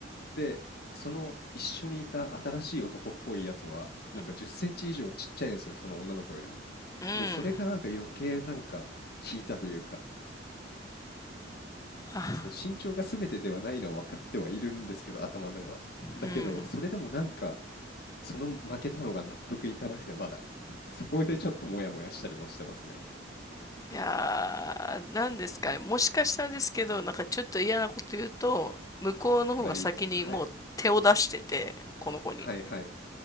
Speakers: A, on the left (about 55°); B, on the left (about 20°).
A: で、その一緒にいた新しい男っぽいやつは、
B: うん。
A: なんか10センチ以上ちっちゃいんですよ、その女の子よりも。
B: うん。
A: で、それがなんか余計なんか効いたというか、
B: あ、
A: そう、身長が全てではないのは分かってはいるんですけど、頭では。だけど、
B: うん。
A: それでもなんか、その負けたのが納得いかなくて、まだ。<laughs> そこでちょっとモヤモヤしたりもしてますね。
B: いやー、なんですかね。もしかしたらですけど、なんかちょっと嫌なこと言うと、向こうの方が先にもう手を出してて、
A: プライド。はい。
B: この子に。
A: はいはい。